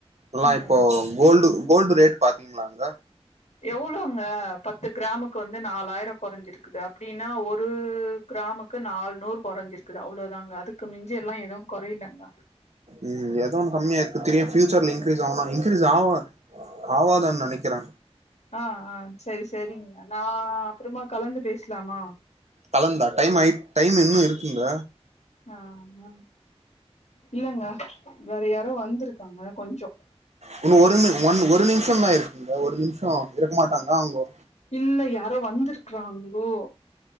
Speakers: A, on the right; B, on the left.
A: எல்லாம்
B: ம்
A: இப்போ கோல்டு கோல்டு ரேட் பாத்தீங்களாங்க
B: எவ்ளவுங்க பத்து கிராமுக்கு வந்து நாலாயிரம் குறைஞ்சிருக்குது அப்படின்னா ஒரு கிராமக் கு நால நூறு குறைஞ்சிருக்குது அவ்ளதாங்க அதுக்கு மிஞ்ச எல்லாம் எதுவும் குறைலங்க
A: ம் எதோ ஒன்னு கம்மியா இருக்கு திடீர்னு பியூச்சர்ல இன் கிரீஸ் ஆவலாம் இன்கிரீஸ் ஆவல ஆவாதன்னு நினைக்கிறே
B: ஆஹ் ஆஹ் சரி சரிங்க நான் அப்புறமா கலந்து பேசலாமா
A: கலந்தா டைம் ஐ டைம் இன்னும் இருக்குங்க
B: ஆஹ் இல்லங்க வேற யாரோ வந்திருக்காங்க கொஞ்சம்
A: உன்னு ஒரு நிமி ஒன் ஒரு நிமிஷ தா இருக்குங்க ஒரு நிமிஷோ இருக்க மாட்டாங்கா அவங்கோ
B: இல்ல யாரோ வந்திருக்கறாங்கோ